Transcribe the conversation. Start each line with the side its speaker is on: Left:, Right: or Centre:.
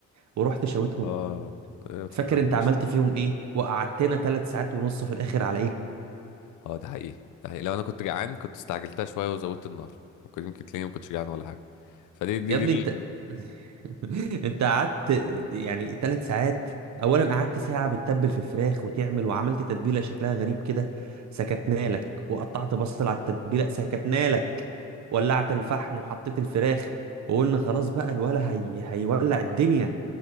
Right: ورحت شويتهم
Left: اه إيه، ما تفكرنيش
Right: فاكر انت عملت فيهم ايه وقعدتنا تلات ساعات ونص في الاخر على ايه
Left: اه ده حقيقي ده حقيقي لو انا كنت جعان كنت استعجلتها شويه وزودت النار ممكن يمكن تلاقيني ما كنتش جعان ولا حاجه فدي دي
Right: يا ابني
Left: دي
Right: انت <laughs> انت قعدت يعني ثلاث ساعات اولا قعدت ساعه بتتبل في الفراخ وتعمل وعملت تتبيله شكلها غريب كده سكتنا لك وقطعت بصل على التتبيله سكتنا لك ولعت الفحم وحطيت الفراخ وقلنا خلاص بقى الولا هي هيولع الدنيا